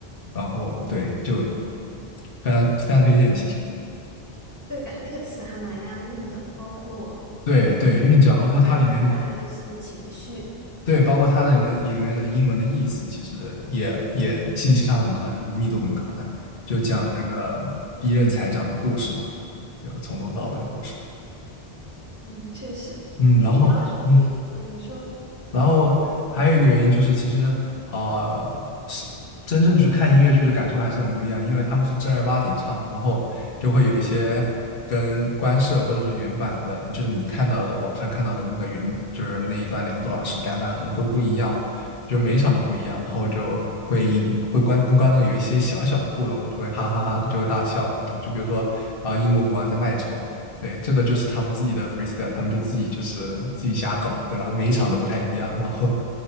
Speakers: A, on the left; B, on the right.
A: 然后对，就非常非常推荐，其实
B: 对，感觉那个词还蛮押韵的，包括
A: 对对，韵脚包括它里面的
B: 也有很能传达一些情绪。
A: 对，包括它里面里面的英文的意思，其实也也信息上很高，就是密度很高的，就讲那个第一任财长的故事嘛，
B: 嗯
A: 就从头到尾的故事。
B: 嗯，确实，
A: 嗯，
B: 因为你刚刚说你，
A: 然后嗯。
B: 嗯，你说
A: 然后还有一个原因就是，其实啊，是真正去看音乐剧的感受还是很不一样，因为他们是正儿八经唱，然后就会有一些跟官摄或者是原版的，就是你看到的网上看到的那个原，就是那一段两个多小时、两个半小时会不一样，就每一场都不一样，然后就会引会观跟观众有一些小小的互动嘛，就会哈哈哈，就会大笑那种。就比如说啊、呃英国国王在卖丑，对，这个就是他们自己的 freestyle，他们就自己就是自己瞎搞，对吧？每一场都不太一样，然后，